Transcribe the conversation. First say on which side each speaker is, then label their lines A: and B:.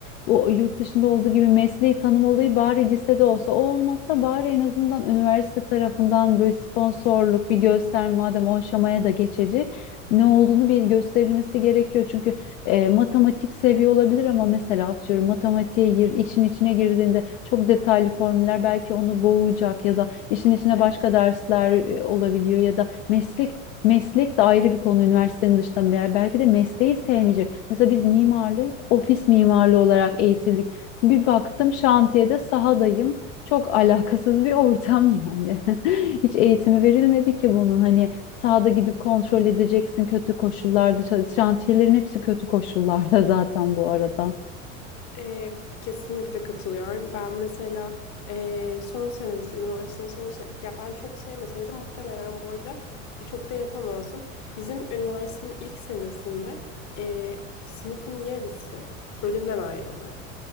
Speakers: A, on the left; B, on the left.
A: bu yurt dışında olduğu gibi mesleği tanım olayı bari lisede olsa o olmasa bari en azından üniversite tarafından böyle sponsorluk bir göster madem o aşamaya da geçecek ne olduğunu bir gösterilmesi gerekiyor. Çünkü e, matematik seviye olabilir ama mesela atıyorum matematiğe gir, için içine girdiğinde çok detaylı formüller belki onu boğacak ya da işin içine
B: Evet.
A: başka dersler e, olabiliyor ya da meslek meslek de ayrı bir konu üniversitenin dışında bir yer. Belki de mesleği sevmeyecek. Mesela biz mimarlığı ofis mimarlığı olarak eğitildik. Bir baktım şantiyede sahadayım. Çok alakasız bir ortam yani. <laughs> Hiç eğitimi verilmedi ki bunun. Hani Sahada gidip kontrol edeceksin kötü koşullarda. çalış- Şantiyelerin hepsi kötü koşullarda zaten bu arada.
B: Ee, kesinlikle katılıyorum. Ben mesela ee, son senemiz, üniversitenin son sen ya ben çok sevmeseydim muhtemelen bu arada e, çok da yapamazdım. Bizim üniversitenin ilk senesinde ee, sınıfın yarısı bölümden ayrıldı.